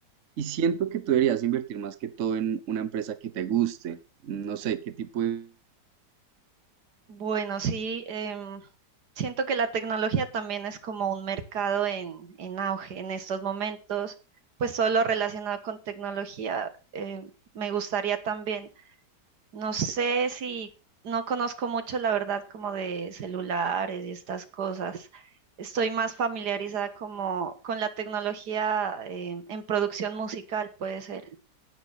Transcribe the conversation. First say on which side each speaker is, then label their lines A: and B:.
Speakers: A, on the right; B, on the right.
A: y siento que tú deberías invertir más que todo en una empresa que te guste. No sé qué tipo de
B: Bueno, sí, em, siento que la tecnología también es como un mercado en, en auge en estos momentos, pues todo lo relacionado con tecnología, em, me gustaría también No sé si no conozco mucho, la verdad, como de celulares y estas cosas. Estoy más familiarizada como con la tecnología eh, en producción musical, puede ser.